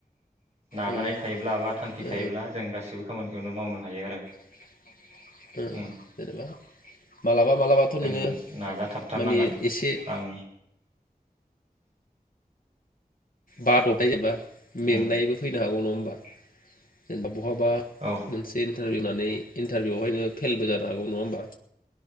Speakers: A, on the right (about 45°); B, on the left (about 65°).
A: नाजानाय
B: उम
A: थायोब्ला बा थांखि
B: ओ
A: थायोब्ला जों गासिबो खामानिखौनो मावनो हायो आरो।
B: <unintelligible> ओम
A: उम
B: जेनोबा मालाबा मालाबाथ'
A: जों
B: नोङो
A: नाजाथाबथारनांगोन
B: मानि एसे <unintelligible>
A: आं
B: बा द'नाय जोनबा मेंनायबो
A: उम
B: फैनो हागौ नङा होम बा जेनबा बहाबा
A: औ
B: मोनसे इन्टारभिउ होननानै इन्टारभिउआवहायनो फेलबो जानो हागौ नङा होमबा